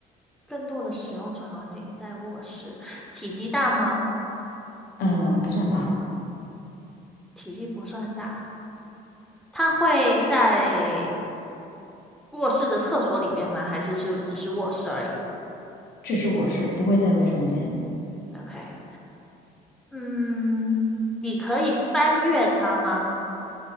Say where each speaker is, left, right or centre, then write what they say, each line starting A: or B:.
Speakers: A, in the centre; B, on the left.
A: 更多的使用场景在卧室，体积大吗？
B: 嗯，不算大，
A: 体积不算大，它会在卧室的厕所里面吗？还是是只是卧室而已
B: 只是卧室，不会在卫生间，
A: ？OK，嗯，你可以翻阅它吗？